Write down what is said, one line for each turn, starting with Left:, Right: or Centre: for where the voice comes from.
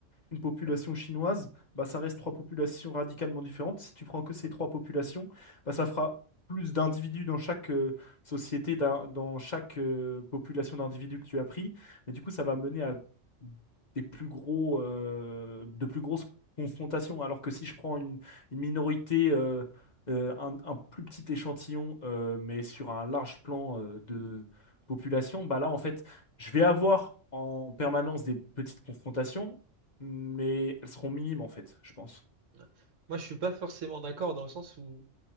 Left: une population chinoise, bah, ça reste trois populations radicalement différentes. Si tu prends que ces trois populations, bah, ça fera plus d'individus dans chaque euh, société, d'un- dans chaque euh, population d'individus que tu as pris. Mais du coup, ça va mener à des plus gros, euh, de plus grosses confrontations. Alors que si je prends une, une minorité, euh, euh, un, un plus petit échantillon, euh, mais sur un large plan euh, de population, bah là, en fait, je vais avoir en permanence des petites confrontations, mais elles seront minimes en fait, je pense.
Right: Ouais. Moi, je suis pas forcément d'accord dans le sens où